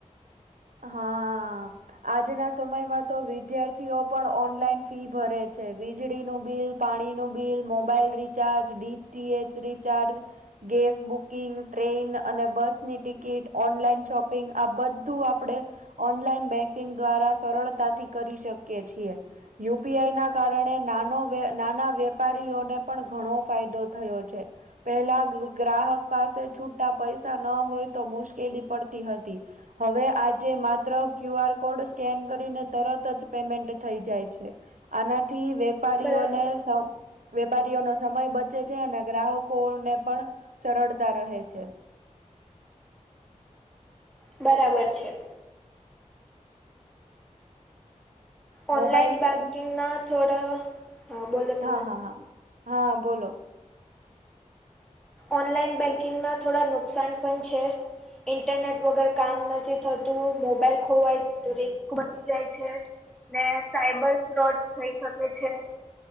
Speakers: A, on the right; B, in the centre.
A: હા. આજના સમયમાં તો વિદ્યાર્થીઓ પણ ઓનલાઈન ફી ભરે છે વીજળીનું બિલ પાણી નું bill mobile recharge DTH recharge gas booking train અને બસની ટિકિટ ઓનલાઈન શોપિંગ આ બધું આપણે ઓનલાઈન બેંકિંગ દ્વારા સરળતાથી કરી શકીએ છીએ. યુપીઆઈ ના કારણે નાનો વે નાના વેપારીઓને પણ ઘણો ફાયદો થયો છે. પહેલા ગ ગ્રાહક પાસે છુટા પૈસા ન હોય તો મુશ્કેલી પડતી હતી. હવે આજે માત્ર ક્યુ આર કોડ સ્કેન કરીને તરત જ પેમેન્ટ થઈ જાય છે. આનાથી વેપારીઓને
B: બરાબર
A: સ વેપારીઓનો સમય બચે છે અને ગ્રાહકોને પણ સરળતા રહે છે.
B: બરાબર છે. ઓનલાઈન
A: મોબાઈલ સ્ક્રીન
B: બેંકિંગના થોડા હા બોલો
A: હા
B: તમે
A: હા હા હા બોલો.
B: ઓનલાઈન બેંકિંગ ના થોડા નુકસાન પણ છે. ઇન્ટરનેટ વગર કામ નથી થતું મોબાઈલ ખોવાય <unintelligible> જાય છે ને સાઈબર ફ્રોડ થઈ શકે છે.